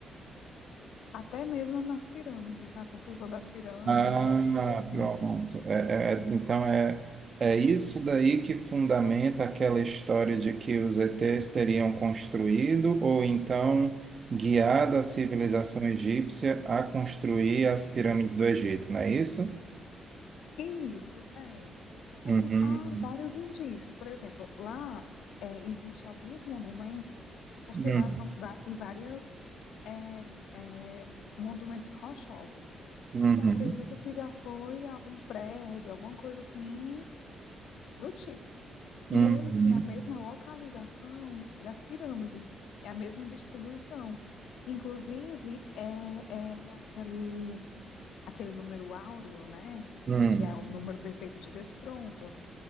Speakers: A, on the left; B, on the right.
A: até mesmo nas pirâmides, a construção das pirâmides,
B: Ah,
A: alguma coisa assim.
B: pronto. É, é- é- então é, é isso daí que fundamenta aquela história de que os ETs teriam construído ou então guiado a civilização egípcia a construir as pirâmides do Egito, não é isso?
A: isso, é. Assim,
B: Uhum,
A: há vários indícios. Por exemplo, lá é, existem alguns monumentos, porque
B: uhum,
A: lá são, va- tem várias é, é, monumentos rochosos,
B: uhum,
A: que se acredita que já foi a- um prédio, alguma coisa assim, do tipo.
B: uhum,
A: E eles têm a mesma localização das pirâmides, é a mesma distribuição, que inclusive é, é aquele, aquele número áureo, né?
B: uhum.
A: Que é o número perfeito de Despronto.